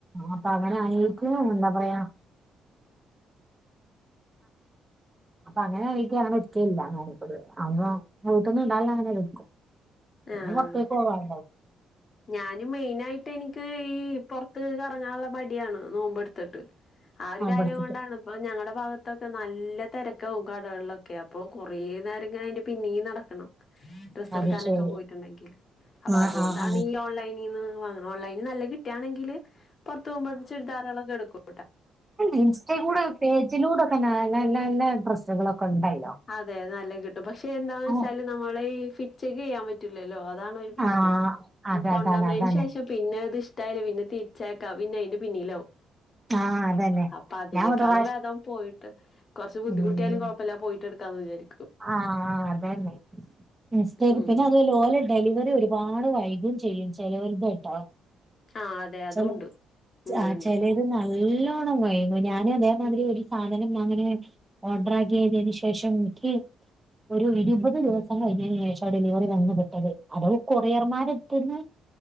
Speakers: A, on the right; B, on the left.
A: അപ്പ അങ്ങനെ ആയെക്ക്‌ എന്താ പറയാ അപ്പ അങ്ങനെ ആയെക്ക് ഞാൻ എടുക്കലില്ല അങ്ങനെ വീട്ട്ന്ന് ഇണ്ടാനുള്ളഅങ്ങനെ എടുക്കും പിന്നെ
B: ആഹ്
A: പൊറത്തേക്ക് പോവാൻ
B: ഞാന് മെയിനായിട്ട് എനിക്ക് ഈ പൊറത്ത് കറങ്ങാനുള്ള മടിയാണ് നോമ്പ് എടുത്തിട്ട് ആ ഒരു
A: അവിടുത്തിട്ട്
B: കാര്യം കൊണ്ടാണ് അപ്പൊ ഞങ്ങള്ടെ ഭാഗത്തൊക്കെ നല്ല തിരക്കാഉം കടകളിലൊക്കെ അപ്പൊ കുറേ നേരം ങ്ങനെ അയിന്റെ പിന്നേം നടക്കണം ഡ്രസ്സ്‌
A: അത്
B: എടുക്കാനൊക്കെ
A: ശരി
B: പോയിട്ടുണ്ടെങ്കിൽ അപ്പൊ
A: ആഹ്
B: അതോണ്ട്
A: ആഹ്
B: ഓൺലൈനീന്ന് വാങ്ങും ഓൺ ലൈനിൽ നല്ല കിട്ടാണെങ്കിൽ പൊറത്ത് പോകുമ്പോ ചുരിദാറളൊക്കെ എടുക്കും
A: ഇൻസ്റ്റയിലൂടെ പേജിലൂടെക്കെ ന നല്ല നല്ല ഡ്രസ്സുകളൊക്കെ ഉണ്ടല്ലോ
B: അതെ നല്ല കിട്ടും പക്ഷെ എന്താ വെച്ചാല്
A: ഓഹ്
B: നമ്മളെ ഈ ഫിറ്റ് ചെക്ക് ചെയ്യാൻ പറ്റുലല്ലോ അതാണ് ഒരു പ്രശ്നം
A: ആഹ് അത
B: കൊണ്ടുവന്നയിന്
A: അതാണ് അതാണ്
B: ശേഷം പിന്നെ അത് ഇഷ്ടായില്ല പിന്നെ തിരിച്ചയക്കാം പിന്നെ അയിന്റെ പിന്നിലാവും
A: ആഹ് അതന്നെ
B: അപ്പൊ അതിനേക്കാളും
A: ഞാൻ ഒരു പ്രാവശ്യം
B: ഭേദം പോയിട്ട് കോറച്ച് ബുദ്ധിമുട്ടിയാലും
A: ഉം
B: കോഴപ്പല്ല പോയിട്ട് എടുക്കാന്ന് വിചാരിക്കും
A: ആഹ് അതന്നെ ഇൻസ്റ്റ
B: ഉം.
A: പിന്നെ അതല്ല ഓലെ ഡെലിവെറി പാട് വൈകും ചെയ്യും ചെലോൽത്ട്ടോ
B: ആ അതെ അതുണ്ട്.
A: ചെൽ
B: ഉണ്ട്,
A: ആഹ്
B: ഉണ്ട്.
A: ചെലേത്
B: ഉണ്ട്.
A: നല്ലോണം വൈകും ഞാൻ അതേമാതിരി ഒരു സാധനം അങ്ങനെ ഓർഡറാക്ക്യേതേന് ശേഷം ഇന്ക്ക് ഒരു ഇരുപത് ദിവസം കഴിഞ്ഞേന് ശേഷാ ഡെലിവറി വന്ന് പെട്ടത് അതോ കൊറിയർമാരെട്ത്ത്ന്ന്